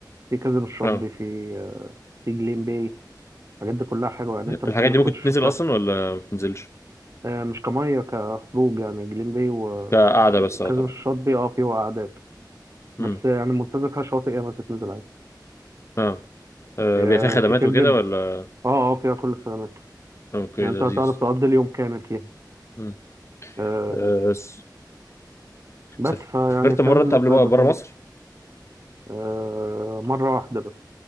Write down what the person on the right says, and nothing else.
في كازينو الشاطبي
في آه، في جليم باي الحاجات دي كلها حلوة يعني انت ممكن
ما
تكونش
شفتها
آه، مش كمية كخروج يعني جليم باي و...
وكذا
من الشاطئ دي اه فيه قعدات بس
يعني المنتزه فيها شواطئ ياما تتنزل عادي
آه،
كتير
جدا
اه اه فيها كل الخدمات
يعني
انت هتعرف تقضي اليوم كامل فيها
آه،
بس
فيعني فاهم
الناس
بقت
بتنبسط
آه، مرة واحدة بس